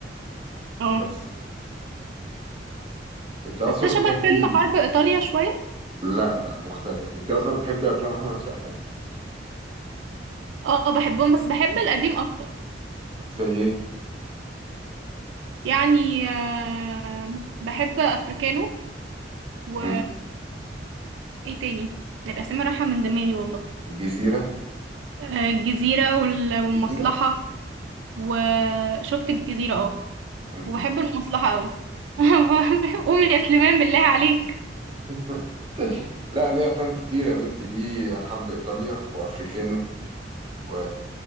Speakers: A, on the right; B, on the right.
A: اه
B: بس انت اصلا
A: حتى
B: بتحبي
A: شبه فيلم حرب ايطاليا شويه
B: لا لا مختلف انت اصلا بتحبي افلام احمد سقا
A: اه بحبهم بس بحب القديم اكتر
B: زي ايه
A: يعني آه بحب افريكانو و
B: مم.
A: ايه تاني الاسامي رايحه من دماغي والله
B: الجزيرة
A: آه الجزيره وال- والمصلحه
B: الجزيرة
A: وشفت الجزيره اه
B: مم.
A: وبحب المصلحة قوي <laughs> قومي يا سليمان بالله عليك
B: <laughs> لا ليه افلام كتير يا بنتي ليه حرب ايطاليا وافريكانو و...